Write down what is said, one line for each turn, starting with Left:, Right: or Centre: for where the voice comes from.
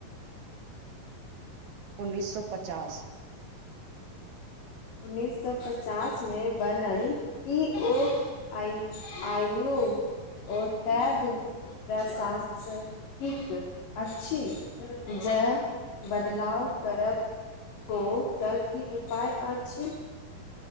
Right: उन्नैस सए पचास
Left: उन्ननीस सौ पचास मे बनल कि ओ आइ आइयो ओ तैब प्रशासनिक अछि जे बदलाव करब हो तऽ की उपाय अछि